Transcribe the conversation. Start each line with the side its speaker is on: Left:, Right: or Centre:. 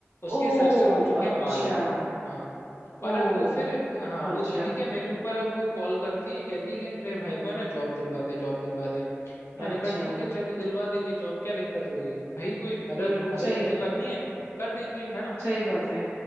Left: उसके
Right: ओ
Left: सर से उड़ चुके
Right: अच्छा
Left: हैं बाल हाँ
Right: ओ
Left: और अब वो फिर हाँ
Right: अच्छा
Left: वो दीदी क्या मेरे ऊपर अब वो कॉल करती है कहती है कि ना मेरे भाई को है ना जॉब दिलवा दे जॉब दिलवा दे
Right: अच्छा
Left: मैंने कहा ठीक है चलो दिलवा देंगे जॉब क्या दिक्कत हो गई भाई कोई मदद
Right: हम्म
Left: मदद
Right: सही
Left: ही तो
Right: है
Left: करनी है कर देंगे है ना
Right: सही बात है